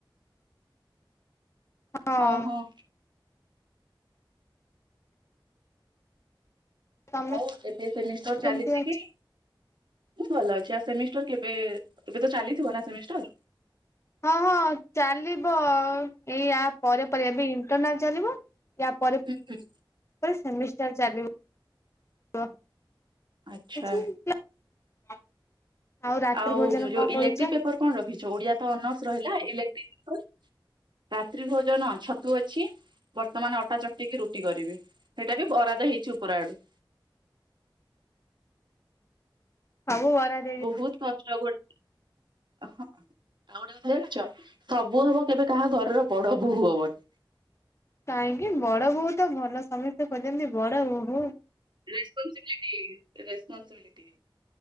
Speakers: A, on the left; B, on the right.
A: ହଁ
B: ଅହଁ।
A: ତମେ
B: ଆଉ ଏବେ ସେମିଷ୍ଟର ଚାଲିଛି
A: କେମିତି ଅଛ
B: କି? ହୁଁ ଭଲ ଅଛି ଆଉ ସେମିଷ୍ଟର କେବେ ଏବେ ତ ଚାଲିଥିବ ନା ସେମିଷ୍ଟର।
A: ହଁ ହଁ ଚାଲିବ ଏଇଆ ପରେ ପରେ ଏବେ ଇଣ୍ଟରନାଲ ଚାଲିବ। ଇୟା ପରେ।
B: ହୁଁ ହୁଁ।
A: ପୁରା ସେମିଷ୍ଟାର ଚାଲିବ। <inaudible>
B: ଆଚ୍ଛା ଆଉ
A: ଭୋଜନ
B: ଯୋଉ
A: କଣ କରୁଛ
B: ଇଲେକ୍ଟ୍ରିକ ପେପର କଣ ରଖିଛ ଓଡିଆ ତ ଅନର୍ସ ରହିଲା ଇଲେଟ୍ରି ପେପର। ରାତ୍ରି ଭୋଜନ ଛତୁ ଅଛି। ବର୍ତ୍ତମାନ ଅଟା ଚଟେଇକି ରୁଟି କରିବି ସେଇଟା ବି ବରାଦ ହେଇଛି ଉପର ଆଡୁ।
A: ସବୁ ବରାଦ।
B: ବହୁତ କଷ୍ଟ କରଛି ଆଉ ଗୋଟେ କଥା ଜାଣିଛ ସବୁ ହବ କେବେ କାହା ଘରର ବଡ ବୋଉୂ ହବନି।
A: କାହିଁକି ବଡ ବୋଉ ତ ଭଲ ସମସ୍ତେ ଖୋଜଛନ୍ତି ବଡ ବୋହୁୂ।
B: Responsibility responsibility.